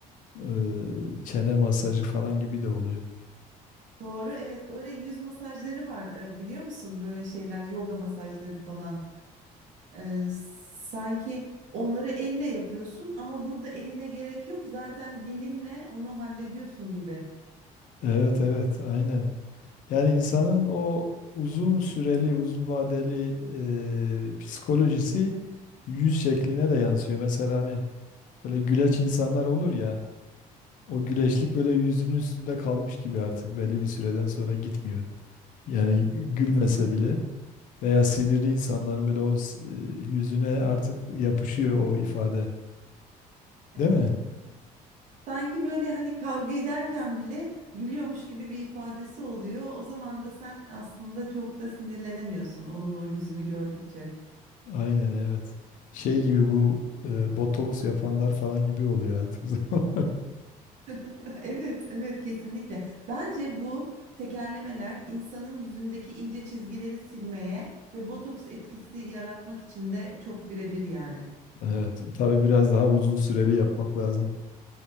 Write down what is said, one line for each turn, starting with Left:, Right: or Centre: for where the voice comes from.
Left: e, çene masajı falan gibi de oluyor.
Right: Doğru evet öyle yüz masajları var e, biliyor musun böyle şeyler yoga masajları falan. E, sanki onları elle yapıyorsun ama burada eline gerek yok zaten dilinle onu hallediyorsun gibi.
Left: Evet evet aynen. Yani insanın o uzun süreli, uzun vadeli e, psikolojisi yüz şekline de yansıyor. Mesela hani böyle güleç insanlar olur ya, o güleçlik
Right: Evet.
Left: böyle yüzünün üstünde kalmış gibi artık belli bir süreden sonra gitmiyor. Yani gülmese
Right: Gitmiyor.
Left: bile veya sinirli
Right: Evet
Left: insanların böyle o s- e, yüzüne artık yapışıyor o ifade.
Right: evet
Left: Değil mi?
Right: doğru diyorsun. Sanki böyle hani kavga ederken bile gülüyormuş gibi bir ifadesi oluyor. O zaman da sen aslında çok da sinirlenemiyorsun onun o yüzünü gördükçe.
Left: Aynen evet. Şey gibi bu e, botoks yapanlar falan gibi oluyor artık. <laughs> zaman.
Right: <laughs> Evet, evet kesinlikle. Bence bu tekerlemeler insanın yüzündeki ince çizgileri silmeye ve botoks etkisi yaratmak için de çok birebir yani.
Left: Evet. Tabii biraz daha uzun süreli yapmak lazım.